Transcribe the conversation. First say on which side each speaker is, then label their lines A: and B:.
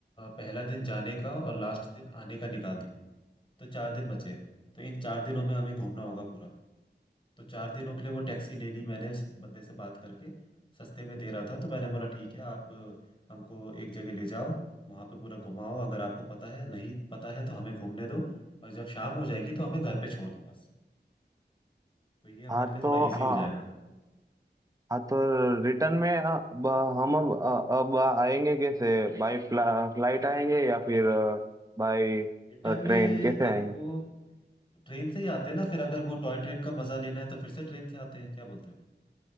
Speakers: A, on the left; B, on the right.
A: पहला दिन जाने का और लास्ट दिन आने का निकाल दिया तो चार दिन बचे तो इन चार दिनों में हमें घूमना होगा पूरा तो चार दिनों के लिए वो टैक्सी ले ली मैंने उस बंदे से बात करके सस्ते में दे रहा था तो मैंने बोला ठीक है आप अ, हमको एक जगह ले जाओ वहां पे पूरा घुमाओ अगर आपको पता है नहीं पता है तो हमें घूमने दो और जब शाम हो जाएगी तो हमें घर पे छोड़ दो बस तो ये हमारे
B: हाँ
A: लिए थोड़ा
B: तो
A: इजी हो
B: अ,
A: जाएगा
B: हाँ तो रिटर्न में अ, अब हम अब अ, अब आएंगे कैसे बाय फ्ला, फ्लाइट आएंगे या फिर बाय
A: रिटर्न में
B: ट्रेन कैसे
A: देखो
B: आएंगे
A: ट्रेन से ही आते हैं ना फिर अगर वो टॉय ट्रेन का मजा लेना है तो फिर से ट्रेन से आते हैं क्या बोलते हो